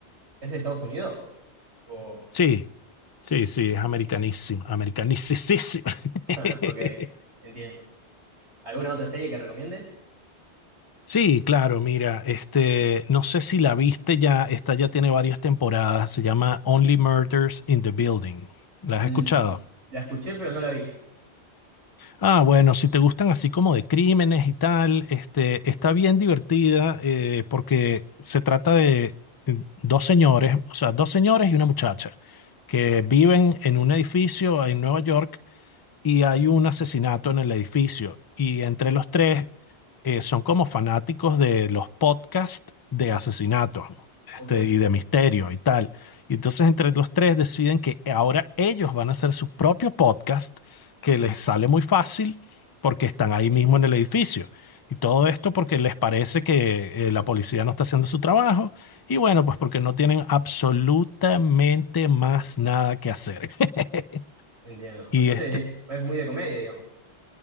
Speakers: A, on the right (about 80°); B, on the left (about 35°).
A: de Estados Unidos? O...
B: Sí, sí, sí, es americanísima, americanísima.
A: <laughs>
B: <laughs>
A: Ok, entiendo. ¿Alguna otra serie que recomiendes?
B: Sí, claro, mira, este, no sé si la viste ya, esta ya tiene varias temporadas, se llama Only Murders in the Building. ¿La
A: Mm,
B: has escuchado?
A: la escuché, pero no la vi.
B: Ah, bueno, si te gustan así como de crímenes y tal, este, está bien divertida eh, porque se trata de eh, dos señores, o sea, dos señores y una muchacha que viven en un edificio en Nueva York y hay un asesinato en el edificio. Y entre los tres eh, son como fanáticos de los podcasts de asesinatos, ¿no?
A: Ok,
B: este, y de misterio y tal. Y entonces entre los tres deciden que ahora ellos van a hacer su propio podcast que les sale muy fácil porque están ahí mismo en el edificio. Y todo esto porque les parece que eh, la policía no está haciendo su trabajo y bueno, pues porque no tienen absolutamente más nada que hacer. <laughs>
A: entiendo.
B: Y,
A: Entonces
B: este-
A: es, es muy de comedia, digamos.